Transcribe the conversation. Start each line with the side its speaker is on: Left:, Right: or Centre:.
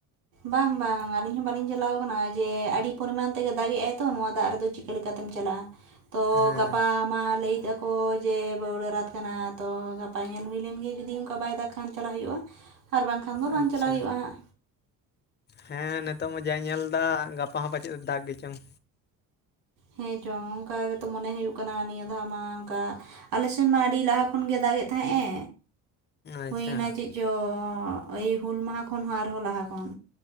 Right: ᱵᱟᱝ ᱵᱟᱝ ᱟᱹᱞᱤᱧ ᱦᱚᱸ ᱵᱟᱞᱤᱧ ᱪᱟᱞᱟᱣ ᱟᱠᱟᱱᱟ ᱡᱮ ᱟᱹᱰᱤ ᱯᱚᱨᱤᱢᱟᱱ ᱛᱮ ᱜᱮ ᱫᱟᱜ ᱮ ᱟᱭ ᱛᱚ ᱱᱚᱣᱟ ᱫᱟᱜ ᱨᱮᱫᱚ ᱪᱮᱫ ᱪᱤᱠᱟᱹ ᱞᱮ ᱠᱟᱛᱮᱢ ᱪᱟᱞᱟᱜᱼᱟ ᱛᱚ
Left: ᱦᱮᱸ
Right: ᱜᱟᱯᱟ ᱢᱟ ᱞᱟᱹᱭᱮᱫᱟᱠᱚ ᱡᱮ ᱵᱟᱹᱣᱲᱟᱹ ᱨᱟᱛ ᱠᱟᱱᱟ ᱛᱚ ᱜᱟᱯᱟ ᱧᱮᱞ ᱦᱩᱭᱞᱮᱱ ᱜᱮ ᱡᱩᱫᱤ ᱚᱱᱠᱟ ᱵᱟᱭ ᱫᱟᱜ ᱠᱷᱟᱱ ᱪᱟᱞᱟᱣ ᱦᱩᱭᱩᱜᱼᱟ ᱟᱨ ᱵᱟᱝᱠᱷᱟᱱ ᱫᱚ ᱵᱟᱝ
Left: ᱟᱪᱪᱷᱟ
Right: ᱪᱟᱞᱟᱣ ᱦᱩᱭᱩᱜᱼᱟ ᱦᱟᱜ
Left: ᱦᱮᱸ ᱱᱤᱛᱚᱜ ᱢᱟ ᱡᱟ ᱧᱮᱞ ᱫᱟ ᱜᱟᱯᱟ ᱦᱚᱸ ᱯᱟᱪᱮᱫ ᱮ ᱫᱟᱜ ᱜᱮᱪᱚᱝ
Right: ᱦᱮᱸ ᱪᱚᱝ ᱚᱱᱠᱟ ᱜᱮᱛᱚ ᱢᱚᱱᱮ ᱦᱩᱭᱩᱜ ᱠᱟᱱᱟ ᱱᱤᱭᱟᱹ ᱫᱷᱟᱣ ᱢᱟ ᱚᱱᱠᱟ ᱟᱞᱮ ᱥᱮᱱ ᱢᱟ ᱟᱹᱰᱤ ᱞᱟᱦᱟ ᱠᱷᱚᱱᱜᱮ ᱫᱟᱜ ᱮᱫ ᱛᱟᱦᱮᱸᱜ ᱮ
Left: ᱟᱪᱪᱷᱟ
Right: ᱦᱩᱭᱱᱟ ᱪᱮᱫ ᱪᱚ ᱮᱭ ᱦᱩᱞ ᱢᱟᱦᱟ ᱠᱷᱚᱱ ᱦᱚᱸ ᱟᱨᱦᱚᱸ ᱞᱟᱦᱟ ᱠᱷᱚᱱ